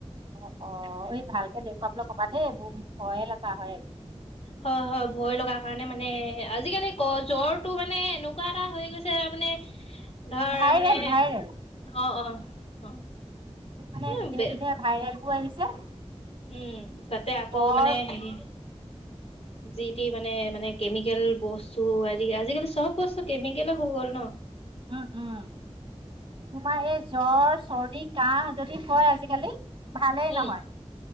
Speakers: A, on the right; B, on the left.
A: অ', - অ', এই ভালকে দেখুৱাবলৈ ক'বা দেই বহুত ভয়ে লগা হয়।
B: হয়---হয় ভয় লগা কাৰণে মানে আজিকালি ক জ্বৰটো মানে এনেকুৱা এটা হৈ গৈছে তাৰমানে মানে ধৰ
A: ভাইৰেল
B: মানে
A: ভাইৰেল
B: অ', - অ', - অ',
A: মানে
B: হে
A: বিধে- বিধে ভাইৰেলবোৰ আহিছে।
B: উম তাতে আকৌ
A: জ্বৰ
B: মানে হেৰি যিটি মানে মানে কেমিকেল বস্তু আদি আজিকালি চব বস্তু কেমিকেল হৈ গ'ল ন
A: উম-উম তোমাৰ এই জ্বৰ চৰ্দি কাহ যদি হয় আজিকালি ভালেই
B: উম।
A: নহয়।